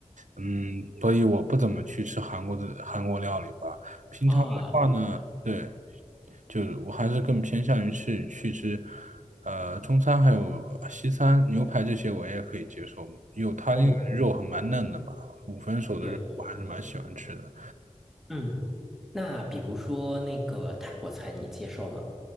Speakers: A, on the right; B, in the centre.
A: 嗯，所以我不怎么去吃韩国的韩国料理吧。平常的话呢，
B: 啊，了解了。
A: 对。就是我还是更偏向于去去吃，呃，中餐还有西餐，牛排这些我也可以接受，因为它那个肉还蛮嫩的嘛，
B: 哦，
A: 五分熟的肉我还是蛮喜欢吃的。
B: 对对，嗯，那比如说那个泰国菜，你接受吗？